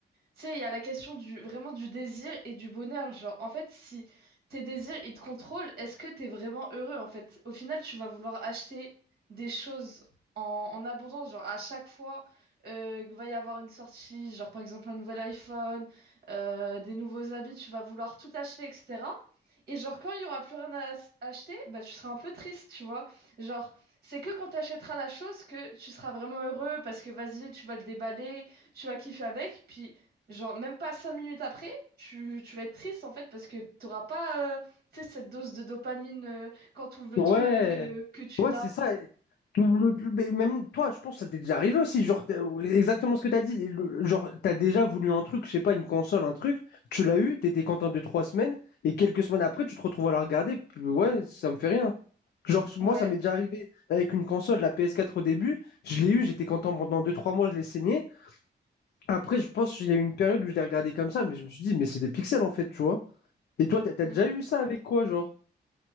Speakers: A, on the right (about 60°); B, on the left (about 70°).
A: tu sais, il y a la question du vraiment du désir et du bonheur. Genre, en fait, si tes désirs ils te contrôlent, est-ce que t'es vraiment heureux en fait? Au final, tu vas vouloir acheter des choses en, en abondance. Genre, à chaque fois euh, qu'il va y avoir une sortie, genre par exemple un nouvel iPhone, euh, des nouveaux habits, tu vas vouloir tout acheter, etc. Et genre, quand il y aura plus rien à s- acheter, bah tu seras un peu triste, tu vois. Genre, c'est que quand tu achèteras la chose que tu seras vraiment heureux parce que vas-y, tu vas le déballer, tu vas kiffer avec, puis. Genre, même pas cinq minutes après, tu, tu vas être triste en fait parce que t'auras pas euh, tu sais, cette dose de dopamine euh, quand tu ouvres
B: Ouais,
A: le truc, euh, que tu
B: ouais,
A: l'as.
B: c'est ça. Le- le- mais Même toi, je pense que ça t'est déjà arrivé aussi. Genre, t'as- exactement ce que t'as dit. le- genre, t'as déjà voulu un truc, je sais pas, une console, un truc. Tu l'as eu, t'étais content de trois semaines, et quelques semaines après, tu te retrouves à la regarder. puis ouais, ça me fait rien. Genre, moi,
A: Ouais.
B: ça m'est déjà arrivé avec une console, la PS4 au début. Je l'ai eu, j'étais content pendant deux, trois mois, je l'ai saigné. Après, je pense qu'il y a eu une période où je l'ai regardé comme ça, mais je me suis dit, mais c'est des pixels en fait, tu vois. Et toi, t'as t'as
A: Mm.
B: déjà eu ça avec quoi, genre?